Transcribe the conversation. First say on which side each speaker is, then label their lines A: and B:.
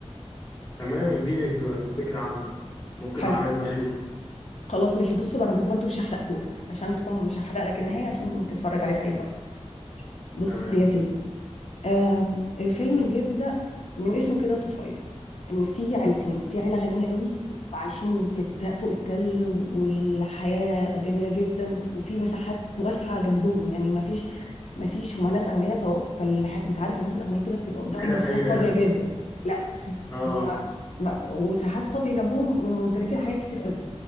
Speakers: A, on the left; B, on the left.
A: تمام اديني فكره عنه ممكن
B: حلو
A: لو عجبني اشوفه
B: خلاص ماشي بص بقى انا برضه مش هحرقهولك عشان تكون مش هحرق لك
A: مم.
B: النهايه عشان تتفرج عليه في اي وقت بص
A: تمام
B: يا سيدي آه الفيلم بيبدأ من اسمه كده طفيلي ان في عيلتين في عيله غنيه قوي وعايشين في الت... فوق التل والحياه جميله جدا وفي مساحات واسعه جنبهم يعني ما فيش ما فيش هما ناس اغنياء ف... فالح... انت عارف الناس الاغنياء كده بتبقى قدامهم
A: عيله
B: مساحات
A: فقيره
B: فاضيه
A: يعني
B: جدا لا في...
A: اه
B: هما ما... وساحات فاضيه جنبهم وممتلكين حاجات كتير قوي